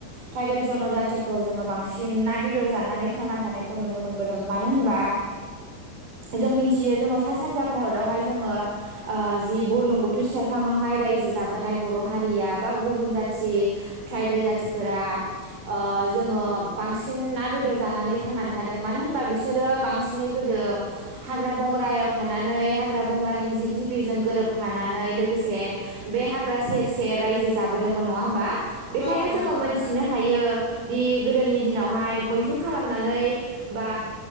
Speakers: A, on the right; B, on the left.
A: ट्राइबेल जनजाथिखौ जोङो बां सिन ना बेदर जानानै थांना थानायखौ नुनो मोनबोदों मानो होनबा जों मिथियो जोङो सा सानजा भारतावहाय जोङो ओ जि बुरलुंबबुथुर सेरफाङावहाय रायजो जाबोनाय बर' हारिया बा गुबुन जाथि ट्राइबेल जाथिफोरा ओ जोङो बांसिन ना बेदर जानानै थांनानै थादों मानो होनबा बिसोरो बांसिनै गोदो हाग्रा बंग्रायाव थानानै हाग्रा बंग्रानि जिब जिबिजों गोरोबफानानै लोगोसे बे हाग्रा सेर सेर रायजो जाबोदोंमोन नङा होमबा? बेखायनो
B: औ औ
A: जोङो
B: नंगौ
A: मोनथिनो
B: नोंथां
A: हायो दि गोदोनि दिनावहाय मैहुर खालामनानै बा